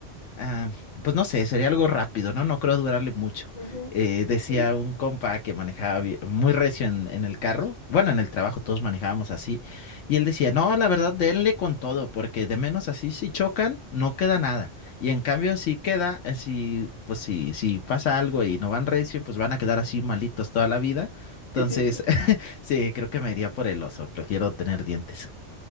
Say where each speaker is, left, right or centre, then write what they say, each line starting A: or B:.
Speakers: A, on the left (about 80°); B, on the left (about 40°).
A: Ah, pues no sé, sería algo rápido, ¿no? No creo durarle mucho.
B: Ujú,
A: Eh, decía
B: Sí, sí.
A: un compa que manejaba bi- muy recio en, en el carro, bueno, en el trabajo todos manejábamos así, y él decía, no, la verdad, denle con todo, porque de menos así si chocan, no queda nada. Y en cambio, si queda, eh, si, pues si, si pasa algo y no van recio, pues van a quedar así malitos toda la vida. Entonces,
B: <laughs>
A: <laughs> sí, creo que me iría por el oso, prefiero tener dientes.